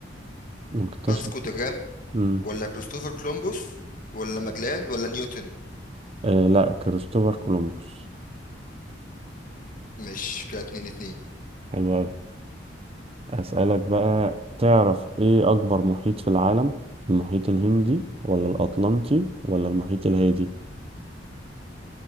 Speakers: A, on the right; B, on the left.
A: مكتشف
B: فاسكو دا جاما
A: مم.
B: ولا كريستوفر كولومبوس ولا ماجلان ولا نيوتن
A: آه لا كريستوفر كولومبوس
B: مش كده اتنين اتنين
A: حلو أوي أسألك بقى تعرف ايه أكبر محيط في العالم المحيط الهندي ولا الأطلنطي ولا المحيط الهادي